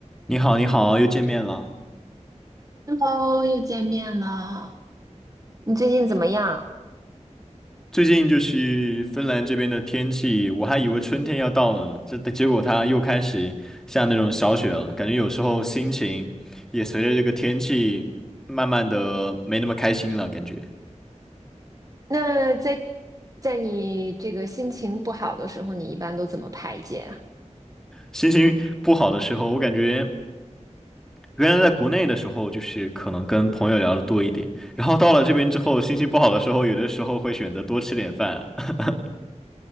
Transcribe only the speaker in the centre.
你好，你好，又见面了。
最近就是芬兰这边的天气，我还以为春天要到了呢，这结果它又开始下那种小雪了，感觉有时候心情也随着这个天气慢慢的没那么开心了，感觉
心情不好的时候，我感觉原来在国内的时候就是可能跟朋友聊的多一点，然后到了这边之后，心情不好的时候，有的时候会选择多吃点饭。<laughs>